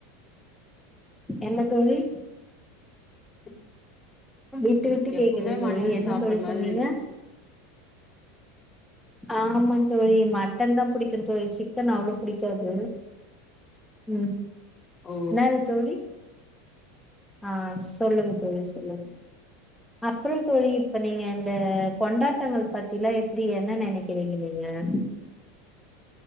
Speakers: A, in the centre; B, on the left.
A: என்ன தோழி
B: <inaudible>
A: விட்டு விட்டு
B: எப்பவுமே
A: கேக்குது தோழி
B: மட்டன்
A: என்ன
B: சாப்ட்ற
A: தோழி
B: மாதிரி
A: சொன்னீங்க
B: இருக்கு
A: ஆமா தோழி மட்டன் தா புடிக்கூ தோழி சிக்கன் அவ்ளோ புடிக்காது ம்
B: ஓ
A: என்னாது தோழி ஆ சொல்லுங்க தோழி சொல்லுங்க அப்புறோ தோழி இப்ப நீங்க இந்த கொண்டாட்டங்கள் பத்திலா எப்டி என்ன நெனைக்கிறீங்க நீங்க அ